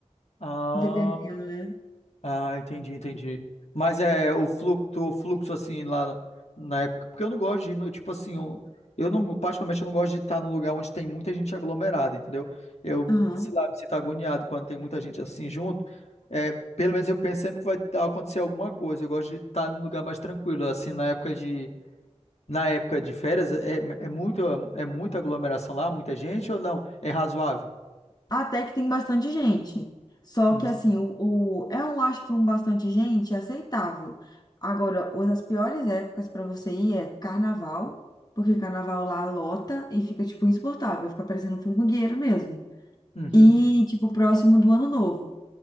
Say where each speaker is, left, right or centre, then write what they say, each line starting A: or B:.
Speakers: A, on the left (about 65°); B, on the left (about 35°).
A: Ah.
B: Dependendo, né?
A: Ah, entendi, entendi. Mas é o fluxo, o fluxo assim lá na época, porque eu não gosto de ir no, tipo assim, eu, eu não, particularmente eu não gosto de estar num lugar onde tem muita gente aglomerada, entendeu? Eu,
B: Aham.
A: sei lá, me sinto agoniado quando tem muita gente assim junto. É, pelo menos eu penso sempre que vai tá- acontecer alguma coisa. Eu gosto de estar num lugar mais tranquilo, assim, na época de na época de férias é, é muito é muita aglomeração lá, muita gente ou não? É razoável?
B: Até que tem bastante gente. Só
A: Uhum.
B: que assim, o, o- é um, acho que um bastante gente é aceitável. Agora, uma das piores épocas para você ir é carnaval, porque carnaval lá lota e fica tipo insuportável, fica parecendo um formigueiro mesmo.
A: Uhum.
B: E tipo próximo do ano novo,